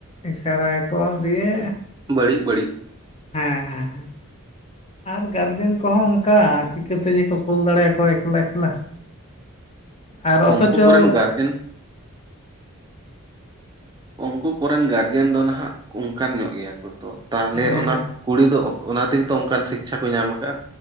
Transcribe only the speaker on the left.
ᱤᱥᱟᱨᱟᱭᱟ ᱠᱚ ᱫᱤᱭᱮ
ᱦᱮᱸ ᱦᱮᱸ ᱟᱨ ᱜᱟᱨᱡᱮᱱ ᱠᱚᱦᱚᱸ ᱚᱱᱠᱟ ᱪᱤᱠᱟᱹ ᱛᱮᱡᱮ ᱠᱚ ᱠᱩᱞ ᱫᱟᱲᱮᱭᱟᱠᱚᱣᱟ ᱮᱠᱞᱟ ᱮᱠᱞᱟ ᱟᱨ ᱚᱛᱷᱚᱪᱚ
ᱦᱮᱸ